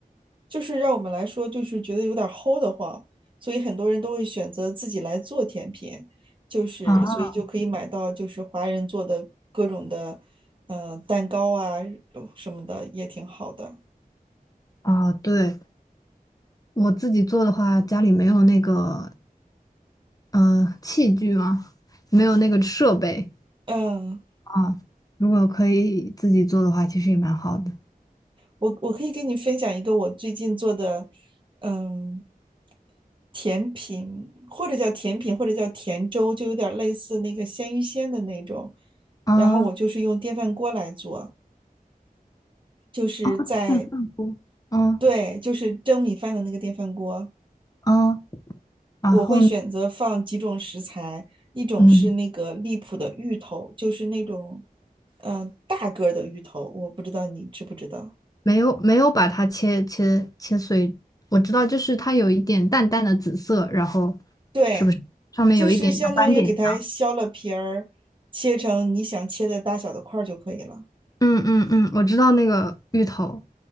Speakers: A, on the right; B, on the left.
A: 就是让我们来说就是觉得有点儿齁的慌，所以很多人都会选择自己来做甜品，就是所以就可以买到就是华人做的各种的呃蛋糕啊
B: 啊
A: 什么的也挺好的，
B: 啊，对，我自己做的话，家里没有那个呃器具啊，没有那个设备
A: 嗯。
B: 啊。如果可以自己做的话，其实也蛮好的。
A: 我我可以跟你分享一个我最近做的，嗯，甜品或者叫甜品或者叫甜粥，就有点类似那个鲜芋仙的那种。
B: 啊
A: 然后我就是用电饭锅来做，就是在，
B: 啊，电饭锅，嗯
A: 对，就是蒸米饭的那个电饭锅。
B: 嗯，然后呢
A: 我会选择放几种食材，一种是那个荔浦的芋头，
B: 嗯，
A: 就是那种，嗯、大个儿的芋头，我不知道你知不知道。
B: 没有没有把它切切切碎，我知道就是它有一点淡淡的紫色，然后
A: 对，
B: 是不是上面有一点小斑点一样？
A: 就是相当于给它削了皮儿，切成你想切的大小的块儿就可以了。
B: 嗯嗯嗯，我知道那个芋头，